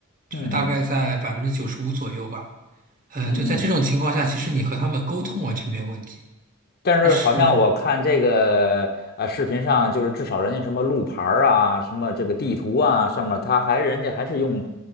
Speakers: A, on the right (about 40°); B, on the left (about 45°).
A: 就是大概在百分之九十五左右吧，
B: 嗯嗯
A: 嗯、
B: 嗯嗯。
A: 就在这种情况下，其实你和他们沟通完全没有问题。
B: 但是好像我看这个呃视频上，
A: 但是
B: 就是至少人家什么路牌儿啊，什么这个地图啊，上面他还人家还是用